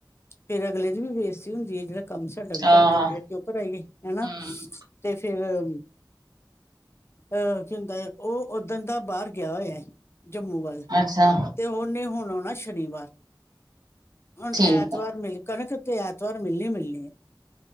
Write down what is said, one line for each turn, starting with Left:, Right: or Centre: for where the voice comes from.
Left: ਫੇਰ ਅਗਲੇ ਦੀ ਵੀ ਬੇਸਤੀ ਹੁੰਦੀ ਐ ਜੇੜਾ ਕਾੰਮ ਸ ਸਾਡਾ ਵੀ
Right: ਆਹ
Left: ਕਰਦਾ ਪੇਆ ਕੇਓਂ ਕਰਈਏ ਹਨਾ,
Right: ਹਮ
Left: ਤੇ ਫੇਰ ਰ ਅ ਕੀ ਹੁੰਦੈ ਅ ਓਦਣ ਦਾ ਬਾਰ ਗੇਆ ਹੋਏਐ ਜੰਮੂ ਵੱਲ
Right: ਅੱਛਾ।
Left: ਤੇ ਓਨੇ ਹੋਣ ਆਉਣਾ ਸ਼ਨੀਵਾਰ, ਹੁਣ
Right: ਠੀਕ
Left: ਐਤਵਾਰ
Right: ਹੈ
Left: ਮਿਲ ਕਣਕ ਤੇ ਐਤਵਾਰ ਮਿਲਨੀ-ਮਿਲਨੀ ਏ।